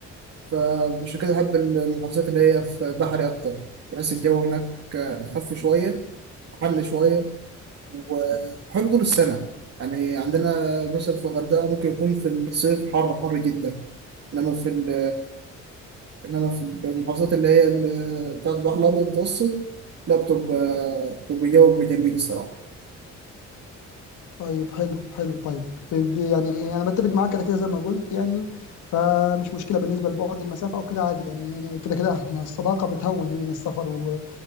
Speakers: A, on the right; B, on the left.
A: فمش كده أحب المحافظات اللي هي في بحري أكتر بحيث الجو هناك أخف شوية حر شوية وحلو طول السنة يعني عندنا مثلا في الغردقة ممكن يكون في الصيف حر حر جدا إنما في ال- إنما في المحافظات اللي هي ال- بتاعت البحر الأبيض المتوسط لا بتبقى بتبقى جو جميل الصراحة
B: طيب حلو حلو طيب ب- يعني انا بتفق معاك كده كده زي ما قلت يعني فمش مشكله بالنسبه لبعد المسافه او كده عادي يعني كده كده احنا الصداقه بتهون يعني السفر و...